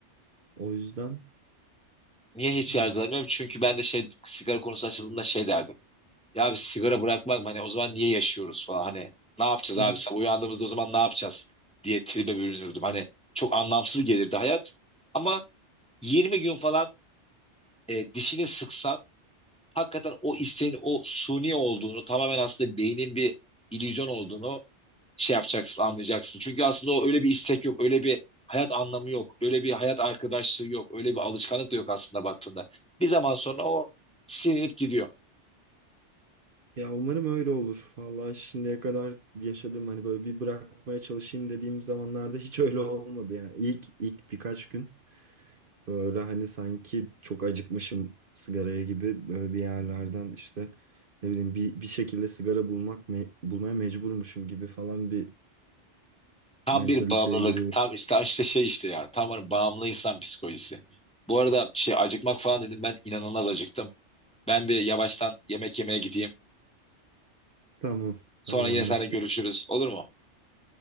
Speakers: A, on the right; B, in the centre.
A: O yüzden
B: Niye hiç
A: biraz
B: yargılamıyorum? Çünkü ben de şey sigara konusu açıldığında şey derdim. Ya abi sigara bırakmak mı? hani o zaman niye yaşıyoruz falan hani ne yapacağız
A: Hı
B: abi
A: hı.
B: sabah uyandığımızda o zaman ne yapacağız diye tribe bürünürdüm. Hani çok anlamsız gelirdi hayat ama 20 gün falan e, dişini sıksan hakikaten o isteğin o suni olduğunu tamamen aslında beynin bir illüzyon olduğunu şey yapacaksın anlayacaksın. Çünkü aslında o öyle bir istek yok öyle bir hayat anlamı yok öyle bir hayat arkadaşlığı yok öyle bir alışkanlık da yok aslında baktığında. Bir zaman sonra o silinip gidiyor.
A: ya umarım öyle olur. Vallahi şimdiye kadar yaşadığım hani böyle bir bırakmaya çalışayım dediğim zamanlarda hiç öyle olmadı yani. İlk ilk birkaç gün Böyle hani sanki çok acıkmışım sigaraya gibi böyle bir yerlerden işte ne bileyim bir, bir şekilde sigara bulmak me- bulmaya mecburmuşum gibi falan bir
B: Tam
A: mentaliteye
B: bir bağımlılık.
A: giriyorum.
B: Tam işte işte şey işte ya. Tam hani bağımlı insan psikolojisi. Bu arada şey acıkmak falan dedim. Ben inanılmaz acıktım. Ben bir yavaştan yemek yemeye gideyim.
A: Tamam,
B: Sonra
A: tamam
B: yine
A: anlaştık.
B: seninle görüşürüz. Olur mu?